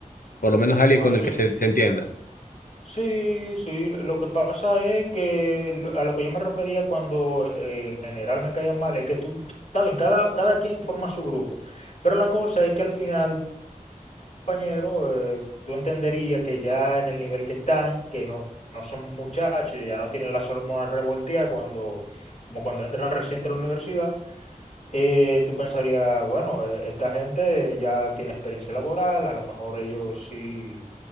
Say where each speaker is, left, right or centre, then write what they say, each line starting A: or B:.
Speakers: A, on the left; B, on the left.
A: por lo menos alguien
B: Ah,
A: con
B: sí.
A: el que se, se entienda.
B: Sí, sí. Lo lo que pasa es que lo- a lo que yo me refería cuando eh, en general me caían mal es que tú, está bien, cada, cada quien forma su grupo. Pero la cosa es que al final compañero, eh, tú entenderías que ya en el nivel que están, que no, no son muchachos, ya no tienen las hormonas revolteadas cuando, como cuando entran reciente a la universidad, eh, tú pensarías, bueno, eh, esta gente ya tiene experiencia laboral, a lo mejor ellos sí,